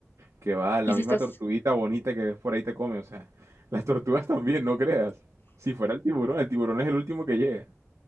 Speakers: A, on the right (about 70°); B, on the left (about 45°).
A: Que va, la
B: y si
A: misma
B: estás...
A: tortuguita bonita que ves por ahí te come, o sea, las tortugas también, no creas. Si fuera el tiburón, el tiburón es el último que llega.